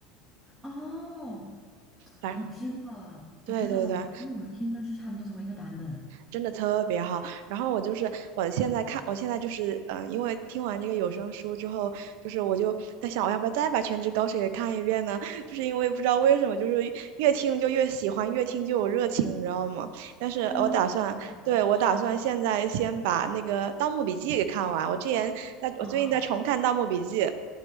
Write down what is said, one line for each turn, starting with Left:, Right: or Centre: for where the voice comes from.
Centre: 哦，
Right: 反正
Centre: 我知道了，
Right: 对对对，
Centre: 我知道了，我听我们听的是差不多同一个版本。
Right: 真的特别好。然后我就是我现在看，我现在就是嗯、呃因为听完这个有声书之后，就是我就在想，我要不要再把《全职高手》也看一遍呢？就是因为不知道为什么，就是越听就越喜欢，越听就有热情，你知道吗？但是我打算，
Centre: 真的，
Right: 对，
Centre: 我也是
Right: 我打算现在先把那个《盗墓笔记》给看完。我之前在，
Centre: 啊，
Right: 我最近在重看《盗墓笔记》